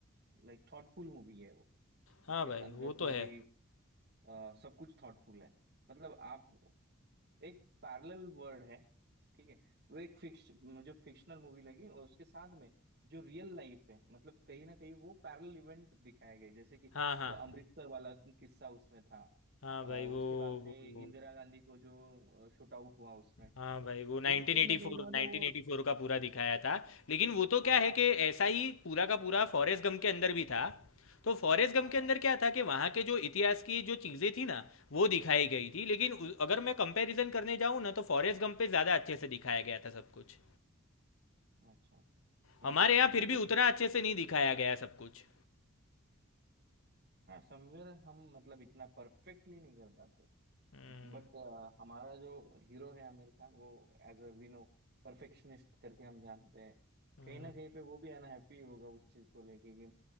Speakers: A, on the right; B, on the left.
A: लाइक थॉटफुल मूवी है वो
B: हाँ
A: उसके
B: भाई
A: अंदर
B: वो
A: जो
B: तो है
A: भी अ, सब कुछ थॉटफुल है मतलब आप एक पैरेलल वर्ड है ठीक है वो एक फिक्स मुझे फिक्शनल मूवी लगी और उसके साथ में जो रियल लाइफ है मतलब कहीं ना कहीं वो पैरेलल इवेंट दिखाए गए जैसे कि
B: हाँ हाँ
A: वो अमृतसर वाला किस्सा उसमें था
B: हाँ
A: अ,
B: भाई
A: उसके
B: वो
A: बाद में
B: वो
A: इंदिरा
B: वो-
A: गांधी को जो शूट आउट हुआ उसमें
B: हाँ भाई वो 1984
A: वो भी कहीं ना कहीं से मतलब
B: 1984
A: वो
B: का पूरा दिखाया था लेकिन वो तो क्या
A: हाँ
B: है कि ऐसा ही पूरा का पूरा फॉरेस्ट गम के अंदर भी था तो फॉरेस्ट गम
A: हाँ
B: के अंदर
A: हाँ
B: क्या था कि वहाँ के जो इतिहास की जो चीज़ें थी ना वो दिखाई गई थी लेकिन उ- अगर मैं कंपैरिजन करने जाऊँ ना तो फॉरेस्ट गम पे ज़्यादा अच्छे से दिखाया गया था सब कुछ
A: अच्छा
B: हमारे
A: नहीं
B: यहाँ फिर
A: वो
B: भी
A: तो
B: उतना अच्छे से नहीं दिखाया गया सब कुछ
A: समवेयर हम मतलब इतना परफेक्टली नहीं कर पाते
B: हम्म
A: बट हमारा जो हीरो है आमिर खान वो as a we know perfectionist करके हम जानते हैं
B: हम्म।
A: कहीं ना कहीं पे वो भी अनहैप्पी होगा उस चीज को लेके कि